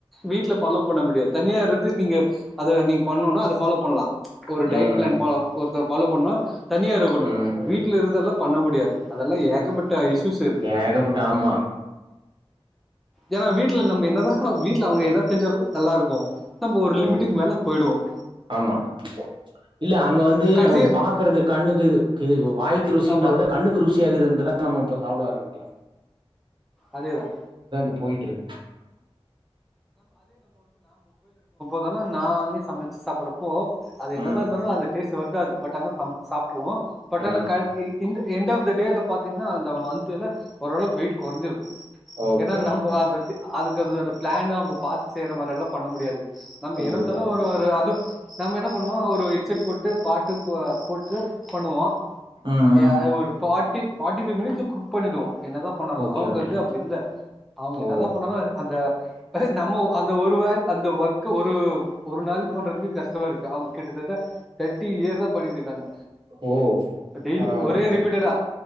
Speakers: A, in the centre; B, on the right.
A: வீட்ல பல பண்ண முடியாது தனியா இருந்து நீங்க அது நீ பண்ணணு அது ஃபாலோ பண்லாம் ஒரு டயட்
B: ம்
A: பிளான் ப ஒருத்த ஃபாலோ பண்ணா தனியா இருக்கணு
B: ம்
A: வீட்ல இருந்தெல்லா பண்ண முடியாது அதெல்லா ஏகப்பட்ட இஷூஸ் இருக்கு
B: ஏகப்பட்ட ஆமா
A: ஏன்னா வீட்ல நம்ம என்னதா வீட்ல அவங்க எதெ செஞ்சாலும் நல்லா இருக்கும் நம்ம ஒரு லிமிட்
B: ஓ
A: லிமிட்டுக்கு மேல போயிடுவோம்
B: ஆமா இல்ல அங்க வந்து
A: கடைசி
B: நமக்கு பாக்குறது கண்ணுக்கு இது இது வாய்க்கு ருசின்ற
A: ஆமா
B: விட கண்ணுக்கு ருசியாகுதுன்ற நம்ம இப்ப சாப்ட ஆரம்பிக்கிறோ
A: அதேதான்
B: <unintelligible> போயிட்ருக்கு
A: அதெல்லா நானே சமச்சு சாப்புற போ அது என்னதா
B: ம்
A: இருந்தாலு அந்த டேஸ் வரு அது போட்டாங்க சமச்சி சாப் ட்ருவோ பட்
B: ஆ
A: ஆனா <unintelligible> எண்ட் ஆஃப் த டேல பாத்தீங்ன்னா அந்த மந்த்ல ஓரளவுக்கு வெயிட் கொறஞ்சிருக்கு
B: ஓகே
A: ஏனா
B: ஓகே
A: நம்ப அந்த அதுக்கு அது அடு பிளான் அவங்க பாத்து செய்ற மாரியெல்லா பண்ண முடியாது நம்
B: புரியுது
A: ஏனத்தானோ
B: புரியுது
A: ஒரு ஒரு அது நம்ம என்ன பண்ணுவோ ஒரு ஹெட்செட் போட்டு பாட்டு போ போட்டு பண்ணுவோ
B: ம்
A: ஏ
B: ம்
A: அது ஒரு ஃபாட்டி ஃபாட்டி ஃபை மினிட்ஸ்ல குக் பண்ணிடுவோ என்னதா பண்ணாலு
B: ஓகே
A: அவங்க
B: ஓகே
A: வந்து அப்டி இல்ல அவங்க
B: ஓ
A: என்னதா பண்ணாலு அந்த இப்ப நம்ம அந்த ஒருவ அந்த ஒர் க்கு ஒரு ஒரு நாளிக்கு பண்றதுக்கே கஷ்டமாருக்கு அவங்க கிட்டதட்ட தெட்டி இயர் <unintelligible> பண்ணிட்ருக்காங்க
B: ஓ
A: டெய்லி
B: பரவால்ல
A: ஒரே
B: பரவால்ல
A: ரிபீட்டடா